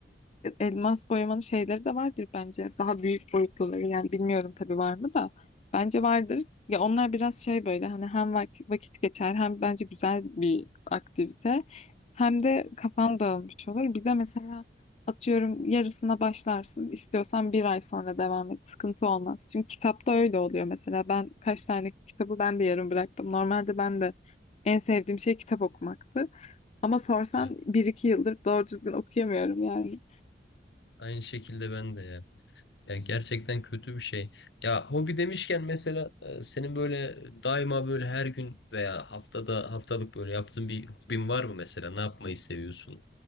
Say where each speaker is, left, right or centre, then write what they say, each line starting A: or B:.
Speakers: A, on the left (about 40°); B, on the left (about 75°).
A: elmas boyamanın şeyleri de vardır bence. Daha büyük boyutluları yani bilmiyorum tabii var mı da. Bence vardır. Ya onlar biraz şey böyle hani hem vakit, vakit geçer hem bence güzel bir aktivite hem de kafan dağılmış olur. Bir de mesela atıyorum yarısına başlarsın istiyorsan bir ay sonra devam et sıkıntı olmaz. Çünkü kitapta öyle oluyor mesela ben kaç tane kitabı ben de yarım bıraktım. Normalde ben de en sevdiğim şey kitap okumaktı. Ama sorsan
B: Evet.
A: bir iki yıldır doğru düzgün okuyamıyorum yani.
B: Aynı şekilde ben de ya. Yani gerçekten kötü bir şey. Ya hobi demişken mesela e, senin böyle daima böyle her gün veya haftada haftalık böyle yaptığın bir hobin var mı mesela? Ne yapmayı seviyorsun